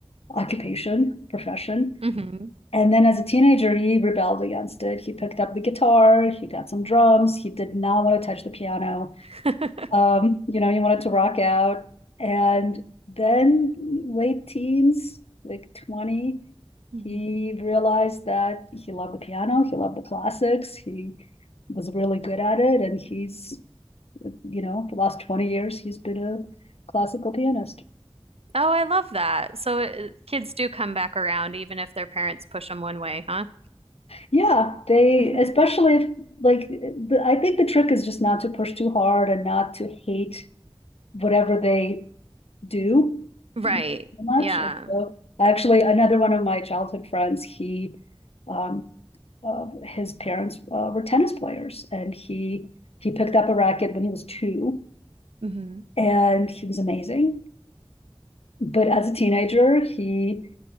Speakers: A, on the left; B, on the right.
A: occupation, profession.
B: Mm-hmm.
A: And then as a teenager, he rebelled against it. He picked up the guitar, he got some drums, he did not want to touch the piano
B: <laughs>
A: um, you know, you wanted to rock out. And then late teens, like 20,
B: Mm-hmm.
A: he realized that he loved the piano, he loved the classics, he was really good at it. And he's, you know, for the last 20 years, he's been a classical pianist.
B: Oh, I love that. So uh, kids do come back around even if their parents push them one way, huh?
A: Yeah, they,
B: <laughs>
A: especially if, like, the, I think the trick is just not to push too hard and not to hate whatever they do
B: Right.
A: so much.
B: Yeah.
A: so, actually, another one of my childhood friends, he, um, uh, his parents uh, were tennis players, and he he picked up a racket when he was two,
B: Mm-hmm.
A: and he was amazing. But as a teenager, he,